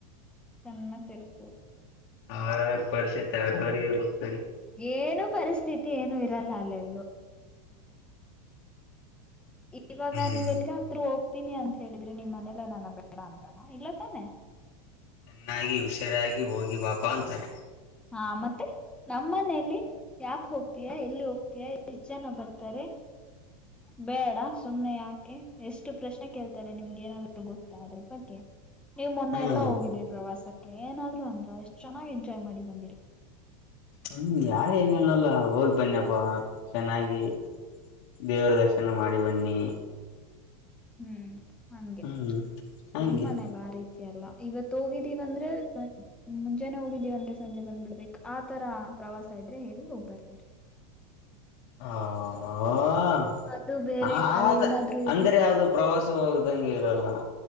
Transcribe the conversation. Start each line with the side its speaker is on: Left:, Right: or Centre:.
Centre: ಚನ್ನ ತಿರುಪು <unintelligible>
Left: ಅವ್ರ ಅವ್ರ ಪರಿಸ್ಥಿತಿ ಅವ್ರ ಅವ್ರಿಗೆ ಗೊತ್
Centre: ಏನು ಪರಿಸ್ಥಿತಿ ಏನು ಇರಲ್ಲ ಅಲ್ಲೆಲ್ಲೂ. ಇವಾಗ
Left: ಹ್ಮ್
Centre: ನೀವ್ ಎಲ್ಲಿಗೆ ಹೋಕ್ತೀನಿ ಅಂತ ಹೇಳಿದ್ರೆ ನಿಮ್ ಮನೆೇಲ್ಲೇ ಏನನಾ ಬೇಡ ಅಂತಾರ ಇಲ್ಲ ತಾನೆ
Left: ಚೆನ್ನಾಗಿ ಹುಷಾರಾಗಿ ಹೋಗಿ ಬಾಪಾ ಅಂತಾರೆ.
Centre: ಹಾ ಮತ್ತೆ ನಮ್ಮ್ ಮನೇೆಯಲ್ಲಿ ಯಾಕೂ ಹೋಗ್ತೀತಿ ಯಾ ಎಲ್ಲಿ ಹೋಗ್ತತೊತೀಯ ಜನ ಬರ್ತಾರೆ ಬೇಡ ಸುಮ್ಮನೆ ಯಾಕೆ ಎಷ್ಟು ಪ್ರಶ್ನೆ ಕೇಳ್ತಾರೆ ನಿಮ್ಗೆ ಏನಾದ್ರು ಗೊತ್ತಾ ಅದ್ರ ಬಗ್ಗೆ ನೀವ್ ಮೊನ್ನೆ
Left: ಹ್ಮ್
Centre: ಎಲ್ಲಾ ಹೋಗಿದ್ರಿ ಪ್ರವಾಸಕ್ಕೆ ಏನಾದ್ರು ಅಂದ್ರ ಎಷ್ಟ್ ಚೆನ್ನಾಗ್ ಎಂಜಾಯ್ ಮಾಡಿ ಬಂದಿರಿ.
Left: ಹ್ಮ್ ಯಾರು ಏನನಲ್ಲ ಹೋಗಿ ಬನ್ನಿಪ್ಪ ಚೆನ್ನಾಗಿೀ ದೇವರ ದರ್ಶನ ಮಾಡಿ ಬನ್ನಿ
Centre: ಹ್ಮ್ ಹಂಗೆ
Left: ಹ್ಮ್ ಹಂಗೆ
Centre: ನಮ್ಮನೆಲ್ಲ ಆ ರೀತಿ ಎಲ್ಲಾ ಇವತ್ ಹೋಗಿದ್ದೀವ ಅಂದ್ರೆ ಮುಂಜಾನೆ ಹೋಗಿದ್ದೀವ ಅಂದ್ರೆ ಸಂಜೆ ಬಂದ್ ಬಿಡ್ಬೇಕ್ ಆತರಾ ಪ್ರವಾಸ ಇದ್ರೆ ಹೇಳಿ ಹೋಗ್ ಬರ್ತೀರಿ
Left: ಹಾ ಹಾ ಹಾ
Centre: ಅದು ಬೇರೆ ಅಲ್ಲಿ
Left: ಆದ
Centre: ಏನಾದ್ರು ಇರ್ಬೇ
Left: ಅಂದ್ರೆ ಅದು ಪ್ರವಾಸ ಹೋದಂಗ್ ಇರಲ್ಲಾ